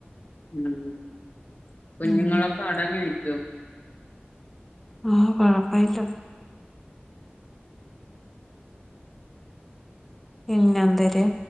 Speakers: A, on the left; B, in the centre.
A: ഉം കുഞ്ഞുങ്ങളൊക്കെ
B: ഉം
A: അടങ്ങി നിക്കൂ
B: ആഹ് കൊഴപ്പയില്ല പിന്നെന്തര്